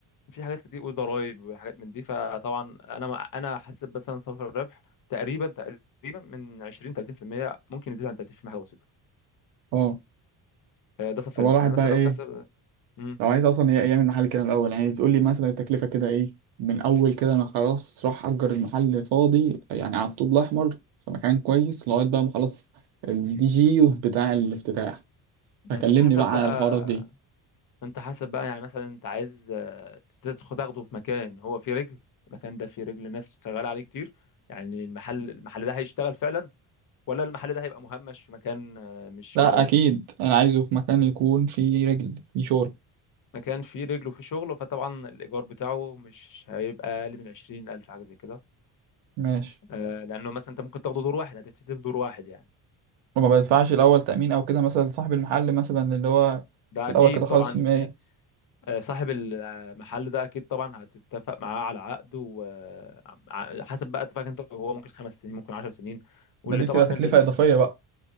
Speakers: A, on the left (about 45°); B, on the right (about 85°).
A: في حاجات كتير وضرايب وحاجات من دي فطبعا انا ما- انا حاسب مثلا صافر الربح تقريبا تقريبا من 20 30% ممكن يزيد عن 30% حاجه بسيطه
B: اه
A: آه، ده صافي
B: طب
A: الربح
B: الواحد
A: يعني مثلا
B: بقى ايه
A: لو كسب مم.
B: لو عايز اصلا ي- يعمل محل كده من الاول يعني تقول لي مثلا التكلفه كده ايه من اول كده انا خلاص راح اجر المحل فاضي يعني على الطوب الاحمر في مكان كويس لغايه بقى ما اخلص الدي جي بتاع الافتتاح
A: مم.
B: فكلمني
A: انت حسب
B: بقى
A: بقى
B: على الحوارات دي
A: انت حسب بقى يعني مثلا انت عايز آه، تدخل تاخده في مكان هو فيه رجل المكان ده فيه رجل ناس شغاله عليه كتير يعني المحل المحل ده هيشتغل فعلا ولا المحل ده هيبقى مهمش في مكان آه، مش
B: لا
A: معروف
B: اكيد انا عايزه في مكان يكون فيه رجل فيه شغل
A: مكان فيه رجله في شغله فطبعا الإيجار بتاعه مش هيبقى أقل من عشرين ألف حاجة زي كده
B: ماشي
A: آه، لأنه مثلا أنت ممكن تاخده دور واحد هتبتدي بدور واحد يعني
B: وما بدفعش الاول تامين او كده مثلا لصاحب المحل مثلا اللي هو
A: ده
B: في
A: أكيد
B: الاول كده خالص
A: طبعا اه
B: ما
A: في آه، صاحب المحل ده أكيد طبعا هتتفق معاه على عقد وحسب بقى اتفاق أنت وهو ممكن خمس سنين ممكن عشر سنين واللي
B: ما دي
A: طبعا
B: بتبقى تكلفه
A: اللي بيخ...
B: اضافيه بقى